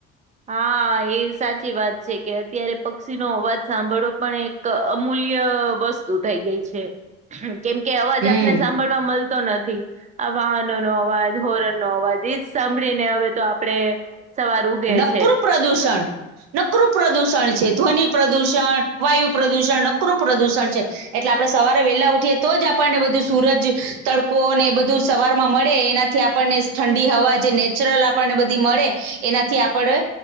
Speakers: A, on the right (about 20°); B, on the right (about 85°).
A: હા, એ સાચી વાત છે કે અત્યારે પક્ષી નો અવાજ સાંભળવો પણ એ ક અમૂલ્ય વસ્તુ થઈ ગઈ છે. કેમ કે અવાજ
B: હમ
A: આપને સાંભળવા મલતો નથી. આ વાહનનો અવાજ, હોરન નો અવાજ એજ સાંભળીને હવે તો આપડે સવાર ઉગે
B: કરું
A: છ.
B: પ્રદૂષણ, નકરું પ્રદૂષણ છે. ધ્વનિ પ્રદૂષણ, વાયુ પ્રદુષણ, નકરું પ્રદુષણ છે. એટલે આપડે સવારે વેલા ઉઠીએ તો જ આપણને બધું સૂરજ, તડકોને બધું સવારમાં મળે એનાથી આ પણને ઠંડી હવા જે ને ચરલ આપણને બધી મળે એનાથી આપડે